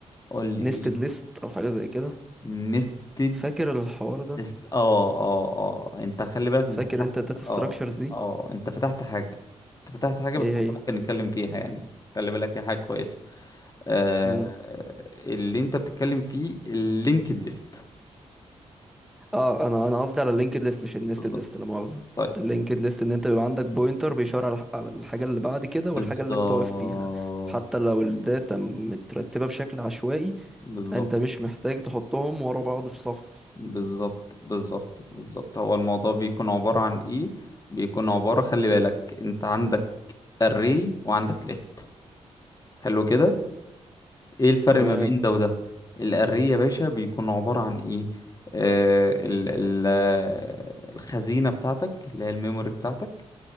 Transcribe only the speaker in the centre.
نيستد
ليست او حاجة زي كده
فاكر الحوار ده
فاكر
انت الداتا ستراكشرز
دي
ايه
هي
مم.
اه انا انا قصدي على اللينكد ليست مش النيستد
ليست لا مؤاخذة
اللينكد ليست ان انت بيبقى عندك بوينتر بيشاور على على الحاجة اللي بعد كده والحاجة
اللي انت واقف فيها حتى لو الداتا مترتبة بشكل عشوائي
انت مش محتاج تحطهم ورا بعض في صف
تمام